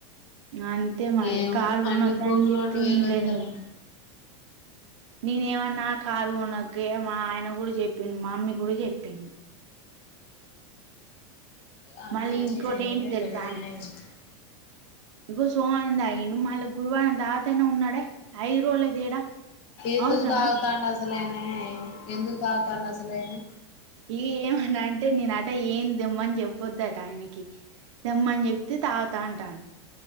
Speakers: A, on the right; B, on the left.
A: అంతే మరి
B: ఏమో
A: కారు కొనద్దని
B: అన్ని భూములు
A: చెప్పినలేదు
B: రెండు వేలు వత్తన్నాయి
A: నువ్వు నేనేమన్నా కారు గొనకె మా ఆయన కూడా చెప్పిండు మా అమ్మీ కూడా చెప్పింది
B: అమ్మయి
A: మళ్ళీ ఇంకోటి
B: ఎప్పుడైన
A: ఏంటి
B: దో
A: తెలుసానే
B: వెళ్ళ ఎపోినయింది
A: ఇగో సోమవారం తాగిండు మళ్ళ గురువారం తాగుతునె ఉన్నాడే ఐదు రోజలే తేడా
B: ఎందుకు
A: అవసరమా
B: తాగుతాండసలైనా ఎందుకు తాగుతాండసలైనా
A: ఇక ఏమన్నా అంటే నేన అట ఏం దెమ్మని చెప్పొద్దట ఆయనకి దెమ్మని చెప్తే తాగుతా అంటాను